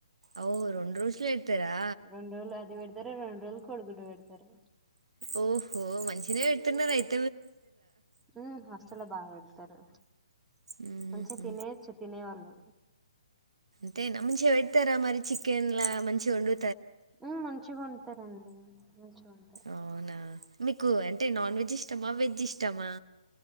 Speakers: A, on the right; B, in the centre.
A: ఔ రెండు రోజులు పెడతారా
B: రెండు రోజులు అది పెడతారు రెండు రోజులు కోడుగుడ్డు పెడతారు
A: ఓహో మంచినే పెడుతున్నారు ఐతే
B: ఆ హాస్టెల్ బాగా పెడతారు
A: మ్మ్హ్
B: మంచి తినే వచ్చు తినేవాళ్ళు
A: అంతే నా ముంచిగా పెడతారా మరి చికెన్ లా మంచిగా ఉండు
B: ఆ మంచిగా వండుతారండి మంచిగా ఉంటారు
A: అవునా మీకు అంటే నాన్ వెజ్ ఇష్టమా వెజ్ ఇష్టమా